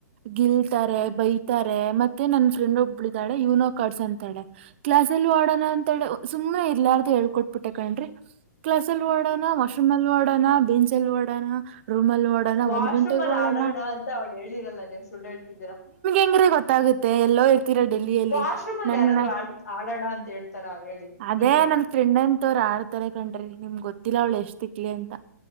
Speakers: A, on the right; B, on the left.
A: ಗಿಲ್ತಾರೆ ಬೈತಾರೆ ಮತ್ತೆ ನನ್ ಫ್ರೆಂಡ್ ಒಬ್ಬಳಿದಾಳೆ ಯನೋ ಕಾರ್ಡ್ಸ್ ಅಂತಾಳೆ ಕ್ಲಾಸ್ಲ್ಲಿ ಓಡೋಣ ಅಂತೇಳಿ ಸು್ನೆ ಇಲ್ಲಾರದು ಹೇಳ್ಕೊಟ್ಟು ಪಿಟ್ಟ ಕೊಂಡ್ರಿ ಕ್ಲಸ್ ಅಲ್ಲಿ ಓಡೋಣ ವಾಶ್ರೂಮ್ ಅಲ್ಲಿ ಓಡೋಣ ಬೆಂಚಲ್ಲಿ ಓಡೋಣ ರೂಮ್ ಅಲ್ಲಿ ಓಡೋಣ
B: ವಾಶ್ರೂಮ್
A: ಒಂದ್ ಗಂಟೆಗೆ
B: ಅಲ್ಲಿ
A: ಓಡೋಣ
B: ಆಡೋಣ ಅಂತ ಅವ್ಳು ಹೇಳಿರಲ್ಲ ನೀವು ಸುಳ್ಳು ಹೇಳ್ತಿದ್ದೀರಾ
A: ಹೆಂಗ್ರೆ ಗೊತ್ತಾಗುತ್ತೆ ಎಲ್ಲೋ ಇರ್ತೀರಾ ಡೆಲ್ಲಿಯಲ್ಲಿ
B: ವಾಶ್ರೂಮ್ ಅಲ್ಲಿ
A: ನನ್ನ
B: ಯಾರಾದ್ರು ಆಡ್ ಆಡೋಣ ಅಂತ ಹೇಳ್ತಾರಾ ಹೇಳಿ
A: ಅದೇ
B: ನೀವ್ ಹೇಳಿ
A: ನನ್ ಫೆಂಡ್ಂತ ಮತ್ತವರು ಆಡ್ತಾರೆ ಕಣ್ರಿ ನಿಮ್ ಗೊತ್ತಿಲ್ಲ ಅವ್ಳ ಎಷ್ಟ್ ತಿಕ್ಲಿ ಅಂತ